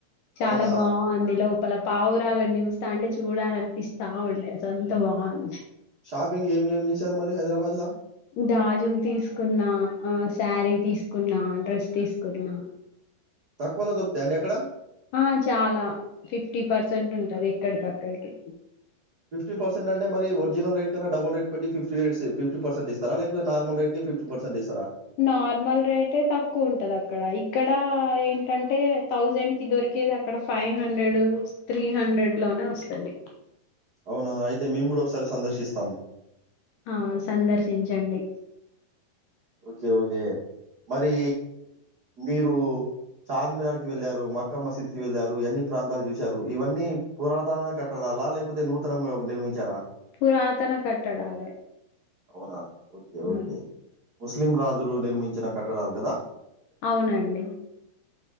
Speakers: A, on the left (about 75°); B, on the right (about 70°).
A: చాలా
B: అవునా?
A: బాగుంది లోప్ పల పావురాలను చూస్తావుంటే చూడాలనిపిస్తా ఉండే అసలు అంత బాగుంది.
B: షాపింగ్ ఏం ఏం చేశారు. మరి హైదరాబాద్ లా.
A: గాజులు తీసుకున్నా, ఆహ్ శారీ తీసుకున్నా, డ్రెస్ తీసుకున్నా.
B: తక్కువలో దొరుకుతాయ అండి అక్కడ.
A: ఆహ్ చాలా ఫిఫ్టీ పర్సెంట్ ఉంటది ఇక్కడికక్కడికి.
B: ఫిఫ్టీ పర్సెంట్ అంటే మరి వర్ నిజాంపేట్. డల్ రేట్టి ఫిఫటీ రేట్స్ ఫిఫటీ పర్సంట్స్తా లేకపోతే నార్ల్ రేట్ కే ఫి్టీ పర్సెట్ ఇస్తా
A: నార్మల్ రేటే తక్కువ ఉంటంది అక్కడ ఇక్కడ ఏంటంటే థౌజండ్ కి దొరికేది అక్కడ ఫైవ్ హండ్రెడ్ త్రీ హండ్రెడ్ లోనే వస్తది
B: అవునా అయితే మేము కూడా ఒకసారి సందర్శిస్తాము
A: ఆ సందర్శించండి
B: ఓకే ఓకే మరి మీరు చార్మినార్ కి వెళ్ళారు మక్కా మసీద్ కి వెళ్ళారు ఎన్ని ప్రాంతాలు చూశారు ఇవన్నీ పురాతనమైన కట్టడాలా లేకపోతే నూతనంగా నిర్మించారా
A: పురాతన కట్టడాలే
B: అవునా ఓకే ఓకే
A: ఉమ్,
B: ముస్లిం రాజులు నిర్మించిన కట్టడాలు కదా
A: అవునండి